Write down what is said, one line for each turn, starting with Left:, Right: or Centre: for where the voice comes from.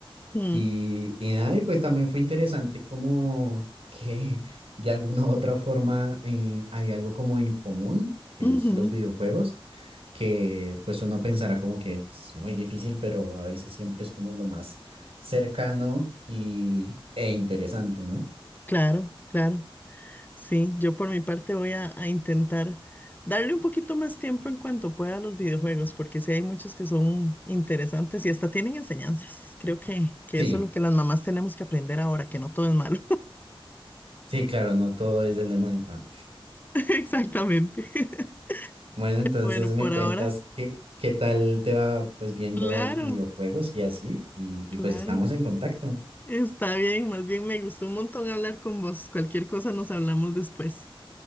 Left: mm,
Right: Y, y nada, y pues también fue interesante como que de alguna u otra forma eh, hay algo como en común, que
Left: ujú,
Right: es los videojuegos, que pues uno pensará como que es muy difícil, pero a veces siempre es como lo más cercano y, e interesante, ¿no?
Left: Claro, claro. Sí, yo por mi parte voy a, a intentar darle un poquito más tiempo en cuanto pueda a los videojuegos, porque sí hay muchos que son interesantes y hasta tienen enseñanzas. Creo que, que
Right: Sí.
Left: eso es lo que las mamás tenemos que aprender ahora, que no todo es malo.
Right: Sí, claro, no todo es del demonio. Ah.
Left: <laughs> Exactamente. <laughs>
Right: Bueno, entonces
Left: Bueno,
Right: me
Left: por
Right: cuentas
Left: ahora,
Right: qué, qué tal te va pues viendo
Left: claro,
Right: videojuegos y así, y,
Left: claro.
Right: y pues estamos en contacto.
Left: Está bien, más bien me gustó un montón hablar con vos. Cualquier cosa nos hablamos después.